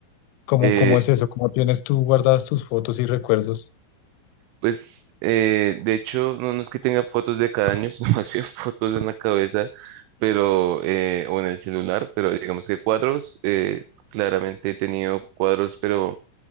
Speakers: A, on the left (about 85°); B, on the right (about 80°).
A: ¿Cómo,
B: Eh,
A: cómo es eso? ¿Cómo tienes tú guardadas tus fotos y recuerdos?
B: pues eh, de hecho no, no es que tenga fotos de cada año, sino <laughs> más bien fotos en la cabeza, pero eh, o en el celular, pero digamos que cuadros, eh, claramente he tenido cuadros, pero